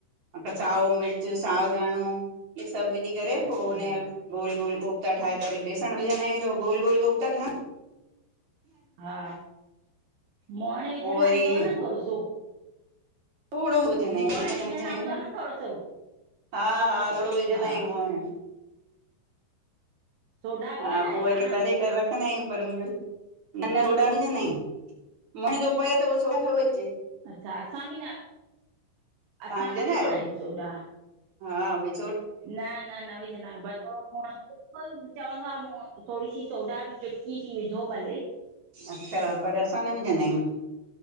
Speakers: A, on the right (about 40°); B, on the right (about 80°).
A: अ साओ मिर्च साओ धाणों इह्ये सबु विझी करे
B: अच्छा
A: पो उन गोल -गोल कोफा ठाहे करे, बेसंण विझंदायूं त हो गोल- गोल कोफ्ता ठहंद्।
B: हा मोअण विझंदा
A: पो वरी
B: हूंदव न थोड़ो सो
A: थोड़ो विझंदा आहियूं
B: मोइण
A: वधीक न विझंदा आहियूं
B: हूंदव
A: न,
B: थोरो सो
A: हा हा थोड़ो विझंदायूं
B: हा
A: मोहिण।
B: सोडा विझंदा
A: हा
B: आहियो
A: पो वरी
B: तव्हां
A: तरे करे रखंदा आहियूं पर न न सोॾा न विझंदा हियूं। मोहिण जो पए त पो सोडा छो विझिजे।
B: अच्छा असां बि न
A: तव्हां
B: असां न विझंदा
A: आहियो?
B: आहियूं सोडा।
A: हा वही।
B: न न न विझ न बचड़ो खोण। कोई चवंदो आ मो थोरी सी सोडा बि चुट्की सी विझो भले।
A: अच्छा पर असां न विझंदायूं।